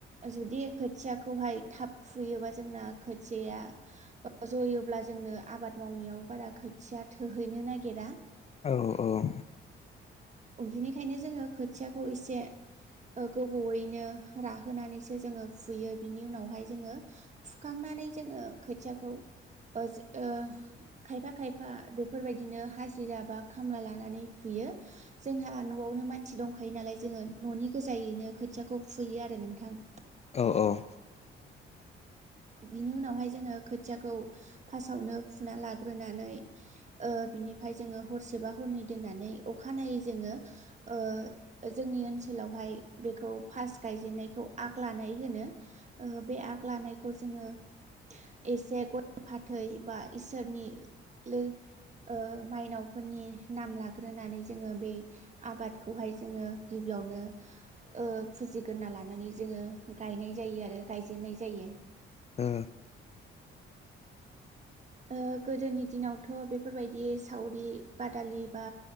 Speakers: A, on the right (about 35°); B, on the left (about 35°).
A: जुदि खोथियाखौहाय थाब फुयोबा जोंना खोथियया जयोब्ला जोंनो आबाद मावनायाव बारा खोथिया थोहैनो नागिरा
B: औ औ
A: बिनिखायनो जोङो खोथियाखौ एसे गोबावयैनो राहोनानैसो जोङो फुयो बिनि उनावहाय जोङो फुखांनानै नानै जोङो खोथियाखौ ओ ओ खायफा खायफा बेफोरबायदिनो हाजिरा बा खामला लानानै फुयो यो जोंहा न'आवनो मानसि दंखायो नालाय जोङो न'नि गोजायैनो खोथियाखौ फुयो आरो नोंथां
B: औ औ
A: बिनि उनावहाय जोङो खोथियाखौ फार्स्टआवनो फुना लाग्रोनानै ओ बेनिफ्राइ जोङो हरसे सेबा हरनै दोननानै अखानायै जोङो ओ जोंनि ओनसोलावहाय बेखौ गायेनायखौ आग लानाय होनो बे आग लानायखौ जोङो एसे गय फाथै बा इसोरनि लो ओ मायनावफोरनि नाम लाग्रोनानै जोङो बे आबादखौहाय जोङो गिबि नो ओ फुजिग्रोना लानानै जोङो गायनाय जायो आरो गायजेनाय जायो
B: ओ
A: ओ गोदोनि दिनावथ' बेफोरबायदि सावरि बादालि बा